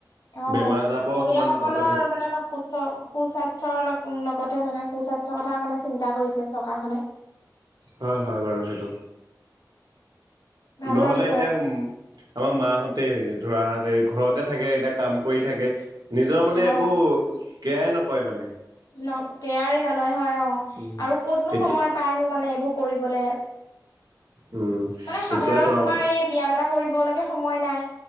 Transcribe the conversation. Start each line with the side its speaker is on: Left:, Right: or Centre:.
Left: অ
Right: বেমাৰ আজাৰৰ পৰা
Left: মহিলাাসকলৰ
Right: অকণমান পত
Left: মানে অলপ সুস্থ সুস্বাস্থ্যৰ অলপ উ লগতে মানে সুস্বাস্থ্যৰ কথা মানে চিন্তা কৰিছে চৰকাৰখনে
Right: হয় হয় বাৰু সেইটো
Left: ভাল
Right: নহলে
Left: লাগিছে
Right: এতিয়া উম আমাৰ মাহতে হ ধৰা ঘৰতে থাকে এতিয়া কাম কৰি থাকে নিজৰ মানে
Left: অ
Right: একো কেয়াই নকৰে মানে
Left: কেয়াৰে নলয় হয় অ
Right: উম,
Left: আৰু ক'তনো
Right: এতিয়া
Left: সময় পাইনো মানে এইবোৰ কৰিবলৈ
Right: উম
Left: মানে সাধাৰণ
Right: এতিয়া চৰকাৰ
Left: তোমাৰ এই ব্যায়াম এটা কৰিবে সময় নাই